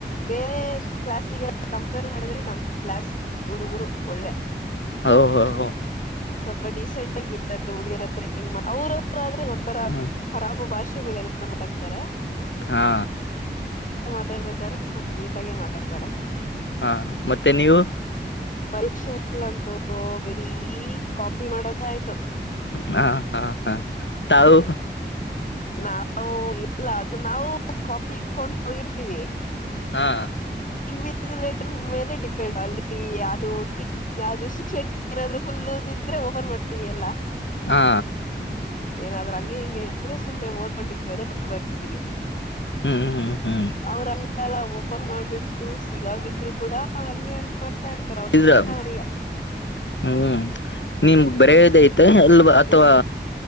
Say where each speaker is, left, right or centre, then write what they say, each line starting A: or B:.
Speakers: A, on the left; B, on the left.
A: ಬೇರೆ ಕ್ಲಸ್ಗ ಕಂಪೇರ್ ಮಾಡಿದ್ರೆ ನಮ ಕ್ಲಾಸ್. ಹುಡುಗರು ಒಳ್ಳೆ.
B: ಓ ಹೌ.
A: ಸ್ವಲ್ಪ ಡೀಸೆಂಟ್ ಆಗಿ ಇರ್ತಾರೆ ಹುಡ್ಗಿಯರ ಹತ್ರ ಹೆಂಗ ಅವ್ರವರುರೆ ಅಂದ್ರೆ ಒಂಥರಾ
B: ಹ್ಮ
A: ರಾಬು ಭಾಷೆ. ಗಳೇಲ್ಲ ಮಾತಾಡ್ತಾರೆ.
B: ಹಾ.
A: ಮಾತಾಡ್ಬೇಕ್ರ ಸ್ವಲ್ಪ ನೀಟಾಗೇ ಮಾತಾಡ್ತಾರೆ.
B: ಹಾ ಮತ್ತೆ ನೀವು.
A: ಪರೀಕ್ಷೆಲ್ಲಂತೂ ಬರೀ ಕಾಪಿ ಮಾಡೋದೇ ಆಯ್ತು.
B: ಹಾ ಹಾ ಹಾ
A: ಹ್ಮ್
B: ತಾವು.
A: ನಾವು ಇಲ್ಲ ಅದು ನಾವು ಕಾಪಿ ಇಟ್ಕೊಂಡು ಹೋಗಿರ್ತೀವಿ.
B: ಹಾ.
A: ಇನ್ವೆಸಿಲೇಟರ್ ಮೇಲೆ ಡಿಪೆಂಡ್ ಅಲ್ಲಿ ಅದು ಅದು ಶಿಕ್ಷಣಕ್ಕೆ ಏನಾದೂ. ಫುಲ್ ಲೂಸ್ ಇದ್ರೆ ಓಪನ್ ಮಾಡ್ತೀವಿ ಎಲ್ಲಾ.
B: ಹಾ.
A: ಏನಾದ್ರರು ಹಂಗೆ ಹಿಂಗೆ ಇದ್ರೆ ಸುಮ್ನೆ ಓದ್ಕೊಂಡಿಟ್ಟ್ರ ಅದೇ ಬರ್ದ ಬರ್ತೀವಿ.
B: ಹ್ಮ್ ಹ್ಮ್ ಹ್ಮ್
A: ಅವ್ರ ಆಂಗಲ್ಲ. ಒಪೇನ್ ಮಾಡ್ಬಿಟ್ಟು ಸಿಗ ಬಿದ್ರು ಕೂಡ ಹಂಗೆ. ಮಾಡಡ್ತಾ ಇರ್ತಾರ ಅವ್ರ
B: ಇದ್ರ
A: ಕೆಲ್ಸ ಅವ್ರಿಗೆ.
B: ಹ್ಮ್ ನಿಮ್ ಬರೆಯೋದ ಐತೆ ಅಲ್ವಾ ಅಥವಾ.
A: ಏನು